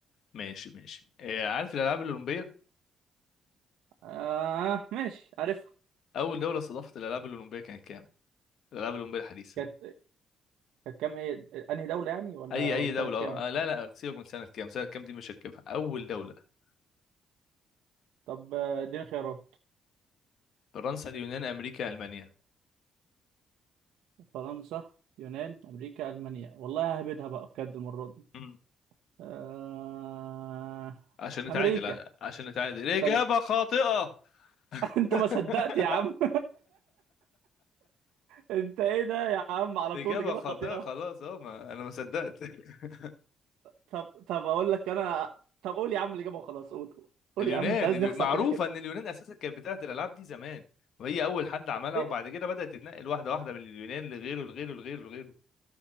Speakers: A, on the left; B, on the right.
A: ماشي ماشي أه عارف الالعاب الاولمبيه
B: آه ماشي عارف
A: اول دوله استضافت الالعاب الاولمبيه كانت كام الالعاب الاولمبيه الحديثه
B: كانت كانت كام إيه أنهي دولة يعني ولا
A: اي
B: ولا
A: اي دوله
B: سنة كام
A: آه لا لا سيبك من سنه كام سنه كام دي مش هتجيبها اول دوله
B: طب آه، اديني خيارات
A: فرنسا اليونان امريكا المانيا
B: فرنسا يونان أمريكا ألمانيا والله ههبدها بقى بجد المرة دي
A: مم.
B: آه...
A: عشان نتعادل
B: أمريكا
A: عشان نتعادل اجابه
B: ثانية
A: خاطئه
B: <laughs> انت ما
A: <laughs>
B: صدقت يا عم <laughs> انت ايه ده يا عم على
A: اجابه
B: طول الاجابه
A: خاطئه
B: خاطئه
A: خلاص اه ما انا ما صدقت <laughs>
B: طب طب اقول لك انا طب قول يا عم الاجابه وخلاص قول قول
A: اليونان
B: يا عم انت عايز
A: اليو...
B: نخسر
A: معروفه
B: كده كده
A: ان اليونان اساسا كانت بتاعت الالعاب دي زمان وهي اول حد عملها
B: ايه
A: وبعد كده بدات تتنقل واحده واحده من اليونان لغيره لغيره لغيره لغيره